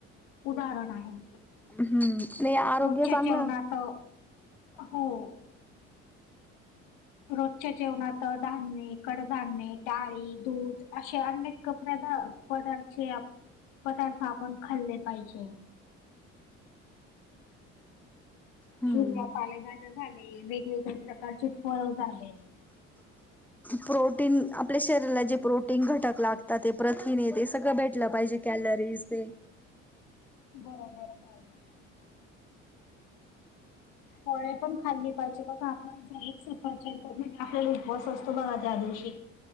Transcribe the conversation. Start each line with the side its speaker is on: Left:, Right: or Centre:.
Left: उदाहरण आहे.
Centre: हम्म नाही आरोग्य
Left: रोजच्या
Centre: चांगलं
Left: जेवणात हो. रोजच्या जेवणात धान्य, कडधान्य, डाळी, दूध असे अनेक कपध पदार्थचे पदार्थ आपण खाल्ले पाहिजे.
Centre: हम्म
Left: वेगळ्या पालेभाज्या झाले, वेगवेगळ्या प्रकारचे फळ झाले.
Centre: प्रोटीन आपल्या शरीराला जे प्रोटीन घटक लागतात ते प्रथिन येते सगळं भेट लं पाहिजे कॅलरीज ते.
Left: बरोबर बरोबर. फळे पण खाल्ली पाहिजे बघ आपण म्हणजे आपल्याला उपवास असतो बघा त्या दिवशी.